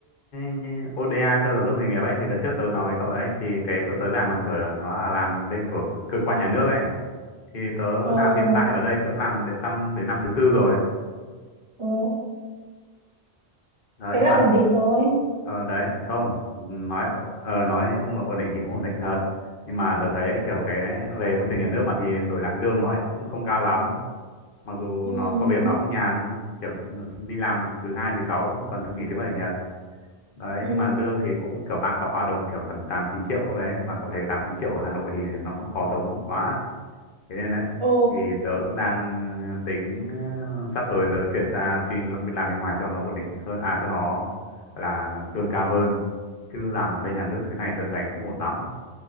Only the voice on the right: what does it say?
ồ
ồ
thế
là
ổn định rồi
ừ
ừ
ồ